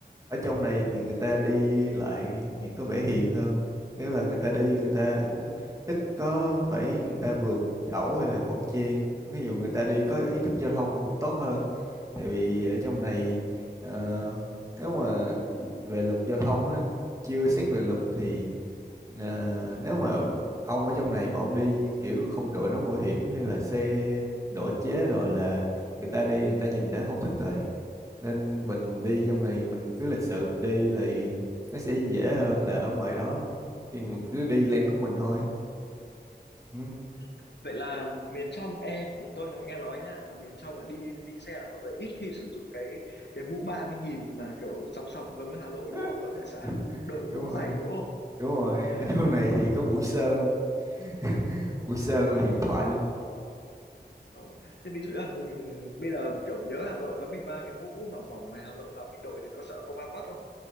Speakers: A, on the right; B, on the left.
A: ở trong này thì người ta đi lại nhìn có vẻ hiền hơn nghĩa là người ta đi người ta cũng ít có phải người ta vượt ẩu hay là bon chen ví dụ người ta đi có ý thức giao thông cũng tốt hơn tại vì ở trong này ờ, nếu mà về luật giao thông á chưa xét về luật thì ờ, nếu mà ông ở trong này mà ông đi như kiểu không đội nón bảo hiểm hay là xe độ chế rồi là người ta đi người ta nhìn đã không thích rồi nên mình đi trong này mình cứ lịch sự mình đi là nó sẽ dễ hơn là ở ngoài đó khi mà cứ đi lên của mình thôi ừ.
B: Ừ. Vậy là miền trong e tôi có nghe nói nha là miền trong là đi đi xe là mọi người ít khi sử dụng cái cái mũ 30.000 mà kiểu sọc sọc giống như Hà Nội
A: <laughs>
B: đúng không? Mọi người sẽ đội cái
A: đúng
B: mũ dày
A: rồi
B: đúng không?
A: đúng rồi
B: Nhá.
A: ở trong này thì
B: Ờ.
A: có Mũi Sơn <laughs> Mũi Sơn là huyền thoại luôn
B: Ờ. Thế ví dụ là mình bây giờ kiểu nhớ Hà Nội đó mình mang cái mũ mà mỏng ngoài Hà Nội và mình đội thì có sợ công an bắt